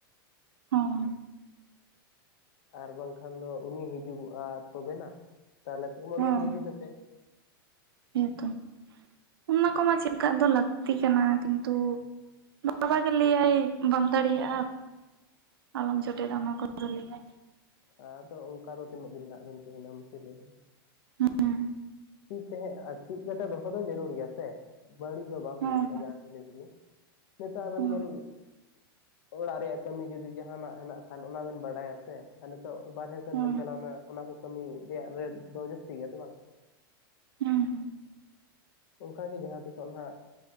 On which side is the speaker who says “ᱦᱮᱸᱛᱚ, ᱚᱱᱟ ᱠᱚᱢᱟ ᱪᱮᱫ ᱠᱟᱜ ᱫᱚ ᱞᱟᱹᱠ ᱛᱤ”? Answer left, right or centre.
Right